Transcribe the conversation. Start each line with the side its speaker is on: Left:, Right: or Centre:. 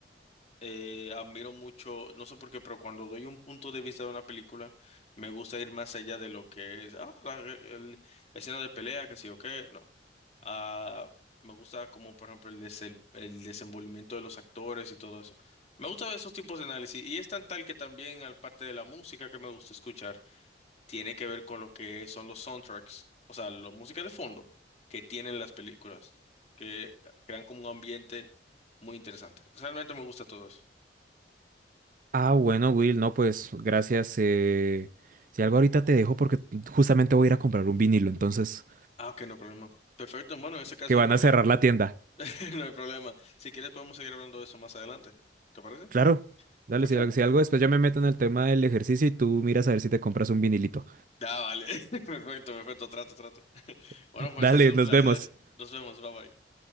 Left: eh, admiro mucho, no sé por qué, pero cuando doy un punto de vista de una película, me gusta ir más allá de lo que es, ah, la el- escena de pelea, que sí o qué, no. Ah, me gusta como, por ejemplo, el, des- el, el desenvolvimiento de los actores y todo eso. Me gusta esos tipos de análisis y es tan tal que también, al parte de la música que me gusta escuchar, tiene que ver con lo que son los soundtracks, o sea, la música de fondo que tienen las películas, que crean como un ambiente muy interesante. Realmente me gusta todo eso.
Right: Ah, bueno, Will, no, pues gracias. eh, Si algo ahorita te dejo porque justamente voy a ir a comprar un vinilo, entonces,
Left: Ah, ok, no hay problema. Perfecto. Bueno, en ese caso,
Right: que van
Left: cualquier...
Right: a cerrar la tienda.
Left: <laughs> no hay problema. Si quieres, podemos seguir hablando de eso más adelante. ¿Te parece?
Right: Claro. Dale,
Left: Perfecto.
Right: si algo, si algo después ya me meto en el tema del ejercicio y tú miras a ver si te compras un vinilito.
Left: Ya, vale. <laughs> Perfecto, perfecto. Trato, trato. <laughs>
Right: <laughs>
Left: Bueno, pues
Right: Dale,
Left: ha sido
Right: nos
Left: un placer.
Right: vemos.
Left: Nos vemos. Bye bye.